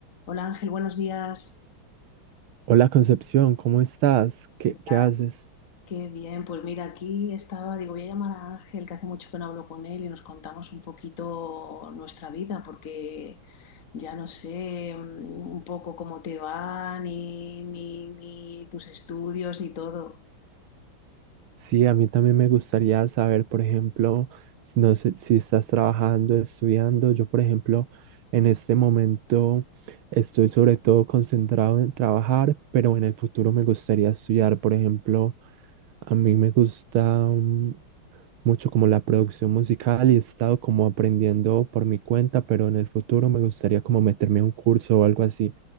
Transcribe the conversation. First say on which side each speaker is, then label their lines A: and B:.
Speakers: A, on the left; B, on the right.
A: Hola Ángel, buenos días.
B: Hola Concepción, ¿cómo estás? ¿Qué,
A: ¿Qué
B: qué
A: tal?
B: haces?
A: Qué bien, pues mira, aquí estaba, digo, voy a llamar a Ángel, que hace mucho que no hablo con él y nos contamos un poquito nuestra vida, porque ya no sé mm, un poco cómo te va, ni, ni, ni tus estudios y todo.
B: Sí, a mí también me gustaría saber, por ejemplo, s- no sé si estás trabajando, estudiando. Yo, por ejemplo, en este momento estoy sobre todo concentrado en trabajar, pero en el futuro me gustaría estudiar, por ejemplo, a mí me gusta mm, mucho como la producción musical y he estado como aprendiendo por mi cuenta, pero en el futuro me gustaría como meterme a un curso o algo así.